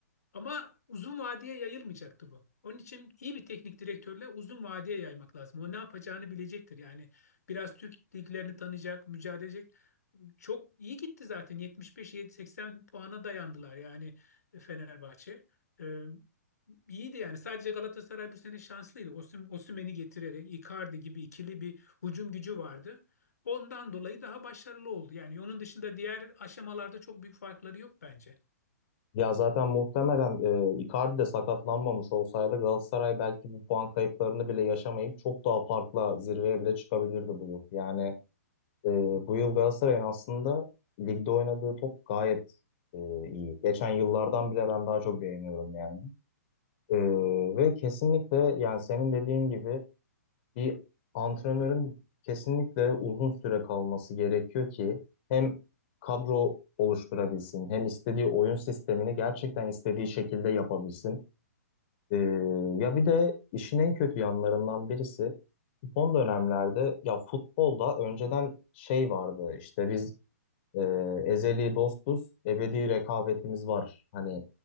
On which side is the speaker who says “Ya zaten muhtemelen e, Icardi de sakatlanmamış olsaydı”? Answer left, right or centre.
Left